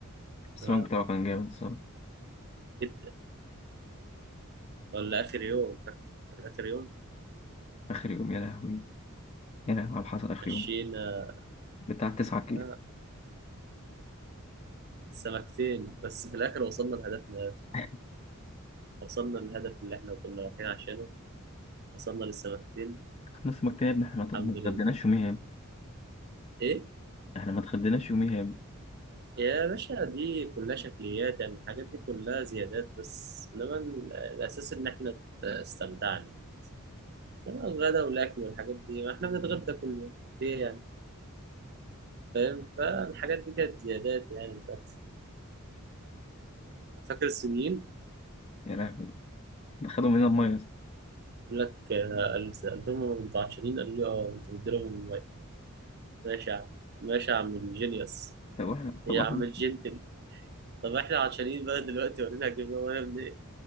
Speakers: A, on the left (about 30°); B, on the right (about 50°).
A: السمك
B: آه
A: بتاعه كان جامد الصراحه
B: جدا ولا آخر يوم فاكر آخر يوم
A: اخر يوم يا لهوي يا لهوي على اللي حصل اخر
B: مشينا
A: يوم بتاع 9 كيلو
B: آه سمكتين بس في الآخر وصلنا لهدفنا
A: <laughs>
B: وصلنا للهدف اللي إحنا كنا رايحين عشانه وصلنا للسمكتين
A: خلص السمك تاني يا ابني احنا
B: الحمد
A: ما اتغديناش
B: لله
A: يوميها يا ابني.
B: ايه
A: احنا ما اتغديناش يوميها يا ابني.
B: يا باشا دي كلها شكليات يعني الحاجات دي كلها زيادات بس انما ال- الاساس ان احنا ت- استمتعنا يعني انما الغدا والاكل والحاجات دي ما احنا بنتغدى كل يوم ليه يعني فاهم فالحاجات دي كانت زيادات يعني مش اكتر فاكر الصينيين
A: يا لهوي ده خدوا مننا الميه يا اسطى.
B: يقول لك آه، قال- سالتهم هم متعشرين قالوا لي اه انتوا بتديلهم الموبايل ماشي يا عم ماشي يا عم الجينيوس
A: طب واحنا
B: يا
A: طب واحنا
B: عم الجنتل طب احنا عطشانين بقى دلوقتي ورينا هتجيب لهم إيه يا ابني